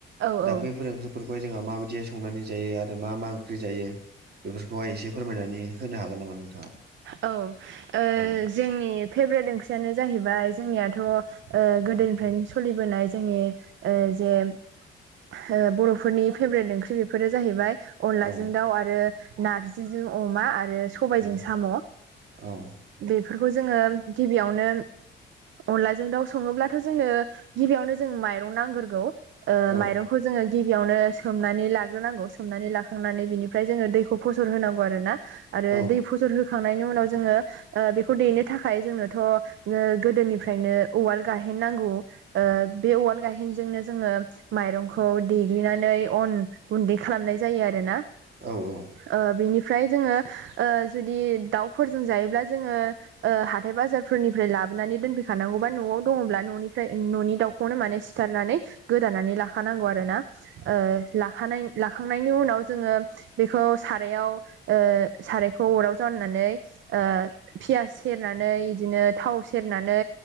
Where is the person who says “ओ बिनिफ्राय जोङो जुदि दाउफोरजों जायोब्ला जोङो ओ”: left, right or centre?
Right